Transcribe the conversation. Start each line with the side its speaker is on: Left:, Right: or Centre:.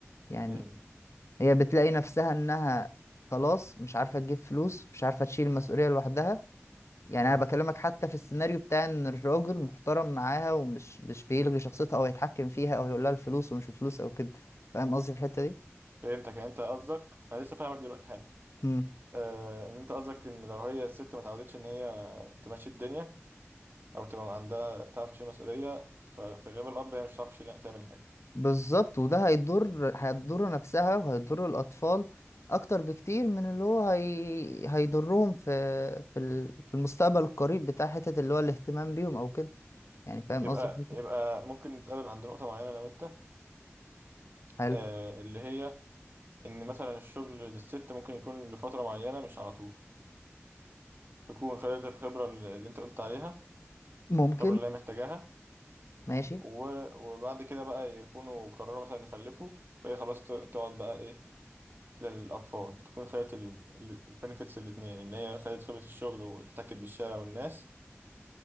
Left: يعني
Right: امم
Left: هي بتلاقي نفسها انها خلاص مش عارفة تجيب فلوس مش عارفة تشيل المسؤولية لوحدها يعني
Right: امم
Left: انا بكلمك حتى في السيناريو بتاع ان الراجل محترم معاها ومش مش بيلغي شخصيتها او يتحكم فيها او يقول لها الفلوس ومش الفلوس او كده فاهم قصدي في الحتة دي
Right: فهمتك يعني انت قصدك انا لسه فاهمك دلوقتي حالا
Left: امم
Right: آه ان انت قصدك ان لو هي الست ما اتعودتش ان هي تمشي الدنيا او تبقى عندها تعرف تشيل مسؤوليه ففي غياب الاب هي مش هتعرف تشيل تعمل حاجه
Left: بالظبط وده هيضر هتضر نفسها وهيضر الاطفال اكتر بكتير من اللي هو هي... هيضرهم في في ال- في المستقبل القريب بتاع حتة اللي هو الاهتمام بيهم او كده يعني فاهم
Right: يبقى
Left: قصدي في الحتة
Right: يبقى
Left: دي؟
Right: ممكن نتقابل عند نقطه معينه انا وانت
Left: حلو
Right: آه اللي هي ان مثلا الشغل للست ممكن يكون لفتره معينه مش على طول تكون خدت الخبره اللي انت قلت عليها
Left: ممكن
Right: الخبره اللي هي محتاجاها
Left: ماشي
Right: و- وبعد كده بقى يكونوا قرروا مثلا يخلفوا فهي خلاص ت- تقعد بقى ايه للاطفال تكون خدت البنفيتس الاتنين اللي هي خدت خبره الشغل واحتكت بالشارع والناس